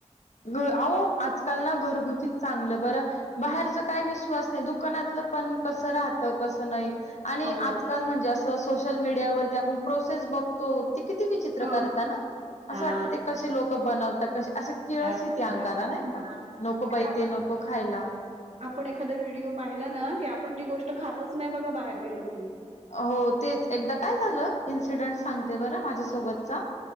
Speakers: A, on the left; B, on the right.
A: अहो आजकाल ना घरगुतीच चांगलं बरं बाहेरच काय विश्वास दुकानातलं पण कस राहत कस नाही आणि
B: हो
A: आजकाल म्हणजे अस सोशल मीडियावरती आपण प्रोसेस बघतो किती विचित्र
B: हो
A: करता ना असं
B: हा
A: वाटतं ते कशेलोक बनवतात किळच
B: हा
A: य ते अंगाला
B: हा
A: नाही
B: म्हणजे
A: का नको बै ई
B: आपण
A: ते नको खायला
B: आपण एखाद व्हिडिओ पाहिला ना की आपण ती गोष्ट खातच नाही बघा बाहेर गेलो की
A: हो तेच एकदा काय झालं इन्सिडेंट सांगते बरं माझ्यासोबतचा